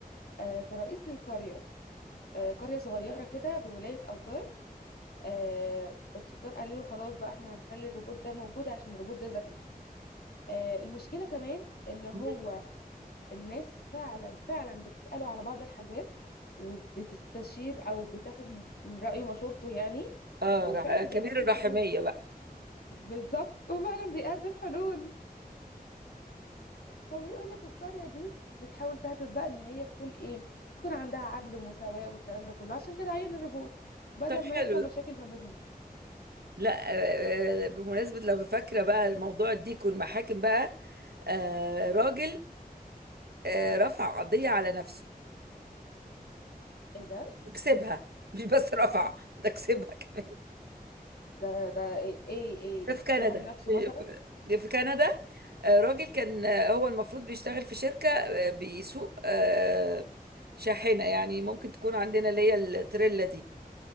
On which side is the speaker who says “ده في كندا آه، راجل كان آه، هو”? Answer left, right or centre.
Right